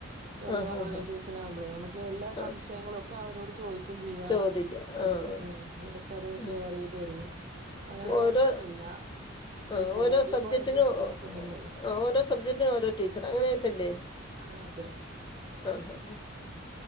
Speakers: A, on the right; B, on the left.
A: <unintelligible>
B: ആഹ്
A: ഓൺലൈൻ
B: ആഹ്
A: ട്യൂഷനാവുമ്പളേ അമ്മക്ക് എല്ലാ
B: ആഹ്
A: സംശയങ്ങളൊക്കെ അവരോട് ചോയി ക്കും ചെയ്യാ
B: ചോദിക്ക
A: അതൊക്കെ
B: ആഹ്
A: ഉം ന്നഅതൊക്കൊര്
B: ആഹ്
A: ക്ലിയ റെയ്ത് തെരും അങ്ങനെ
B: ഓരോ
A: കൊഴപ്പൊന്നുല്ല.
B: ആഹ്
A: പോണ്ടിയും
B: ഓരോ സബ്ജക്റ്റിനും
A: പോരണ്ടിയും ബുദ്ധിമുട്ടൊന്നുല്ലല്ലോ
B: ഓ ഓ ഓരോ സബ്ജക്റ്റിനും ഓരോ ടീച്ചറ് അങ്ങനെ വെച്ചല്ലേ
A: ആഹ് അതെ
B: ആഹ് ആഹ്